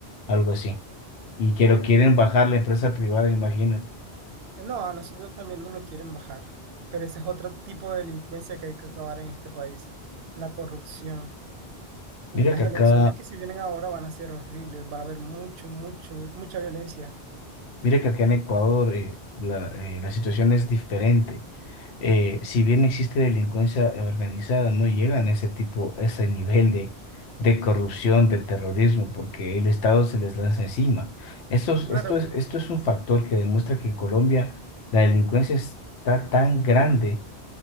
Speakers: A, on the left; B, on the right.
A: algo así. Y que lo quieren bajar la empresa privada, imagínate.
B: Eh, No, a nosotros también nos lo quieren bajar. Pero ese es otro tipo de delincuencia que hay que acabar en este país: la corrupción. Y
A: Mira
B: las
A: que
B: elecciones
A: acá,
B: que se vienen ahora van a ser horribles. Va a haber mucho, mucho, mucha violencia.
A: mira que acá en Ecuador eh, la, eh, la situación es diferente. Eh, si bien existe delincuencia organizada, no llegan a ese tipo, a ese nivel de, de corrupción, del terrorismo, porque el Estado se les lanza encima. Esto, es-
B: Claro,
A: esto es, esto es un factor que demuestra que en Colombia la delincuencia está tan grande